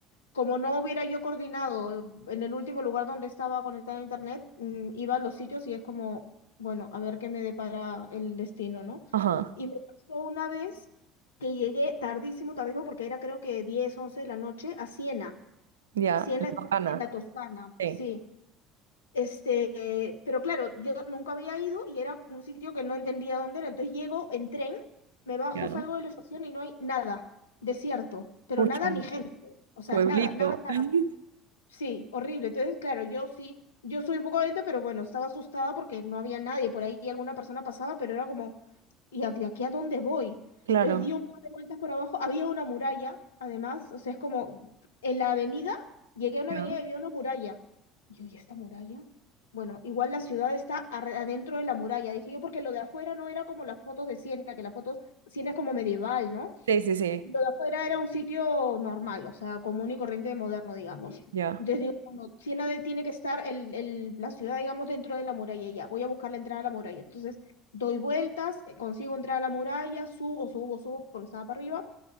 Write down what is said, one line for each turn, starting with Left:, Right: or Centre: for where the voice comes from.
Left: como no hubiera yo coordinado eh, en el último lugar donde estaba conectada a internet, mm, iba a los sitios y es como, bueno, a ver qué me depara el destino, ¿no?
Right: Ajá.
Left: Y me pasó una vez que llegué tardísimo, tardísimo, porque era creo que 10 11 de la noche, a Siena.
Right: Ya.
Left: Siena
Right: En Toscana.
Left: está en la Toscana,
Right: Sí.
Left: sí. Este, pero claro, yo nunca había ido y era un sitio que no entendía dónde era. Entonces llego en tren, me bajo,
Right: Ya.
Left: salgo de la estación y no hay nada, desierto, pero
Right: Pucha.
Left: nada ni gente. O sea,
Right: Pueblito.
Left: nada, nada, nada.
Right: <laughs>
Left: Sí, horrible. Entonces, claro, yo sí, yo soy un poco gente, pero bueno, estaba asustada porque no había nadie. Por ahí alguna persona pasaba, pero era como, ¿y a- de aquí a dónde voy?
Right: Claro.
Left: Entonces di un par de vueltas por abajo, había una muralla, además, o sea, es como en la avenida, llegué a una
Right: Ya.
Left: avenida y había una muralla. Y yo, ¿y esta muralla? Bueno, igual la ciudad está ar- adentro de la muralla, dije yo, porque lo de afuera no era como las fotos de Siena, que las fotos, Siena es como medieval, ¿no?
Right: Sí, sí, sí,
Left: Lo de afuera era un sitio normal, o sea, común y corriente moderno, digamos.
Right: ya.
Left: Entonces digo, bueno, Siena de- tiene que estar el, el- la ciudad, digamos, dentro de la muralla y ya. Voy a buscar la entrada a la muralla. Entonces doy vueltas, eh, consigo entrar a la muralla, subo, subo, subo, porque estaba para arriba.